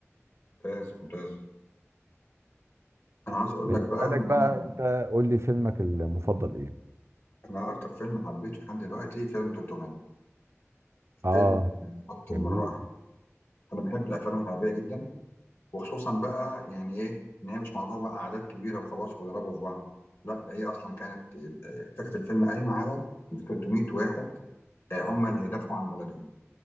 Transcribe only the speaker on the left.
ممتاز ممتاز انا عاوز اقول
لك بقى
ان
انا
انا اكتر فيلم حبيته لحد دلوقتي فيلم 300
فيلم اكتر
من رائع انا بحب الافلام الحربيه جدا وخصوصا بقى يعني ايه ان هي مش موضوع بقى اعداد كبيره وخلاص ويضربوا في بعض لا ده هي اصلا كانت ال- آه، فكره الفيلم قايمه على 300 واحد آه، هم اللي هيدافعوا عن بلدهم